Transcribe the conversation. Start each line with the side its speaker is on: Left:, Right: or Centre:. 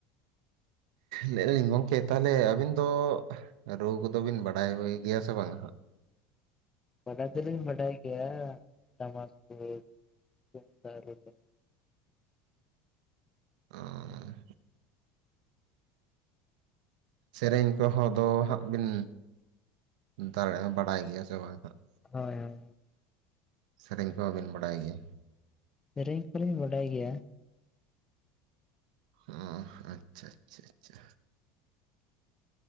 Right: ᱞᱟᱹᱭ ᱞᱤᱧ ᱜᱚᱝᱠᱮ ᱛᱟᱦᱚᱞᱮ ᱟᱹᱵᱤᱱ ᱫᱚ ᱨᱩ ᱠᱚᱫᱚ ᱵᱤᱱ ᱵᱟᱰᱟᱭ ᱵᱟᱲᱟ ᱜᱮᱭᱟ ᱥᱮ ᱵᱟᱝ ᱦᱟᱸᱜ?
Left: ᱵᱟᱰᱟᱭ ᱫᱚ ᱞᱤᱧ ᱵᱟᱰᱟᱭ ᱜᱮᱭᱟ ᱴᱟᱢᱟᱠ ᱨᱩ ᱛᱩᱢᱫᱟᱜ ᱨᱩ ᱫᱚ᱾
Right: ᱚᱸᱻ ᱥᱮᱨᱮᱧ ᱠᱚᱦᱚᱸ ᱫᱚ ᱦᱟᱸᱜ ᱵᱤᱱ, ᱫᱟᱲᱮ ᱵᱟᱵᱟᱭ ᱜᱮᱭᱟ ᱥᱮ ᱵᱟᱝ ᱦᱟᱸᱜ?
Left: ᱦᱳᱭ ᱦᱳᱭ
Right: ᱥᱮᱨᱮᱧ ᱠᱚᱢᱟ ᱵᱤᱱ ᱵᱟᱰᱟᱭ ᱜᱮᱭᱟ,
Left: ᱥᱮᱨᱮᱧ ᱠᱚ ᱞᱤᱧ ᱵᱟᱰᱟᱭ ᱜᱮᱭᱟ᱾
Right: ᱚ ᱟᱪᱪᱷᱟ ᱟᱪᱪᱷᱟ ᱟᱪᱪᱷᱟ᱾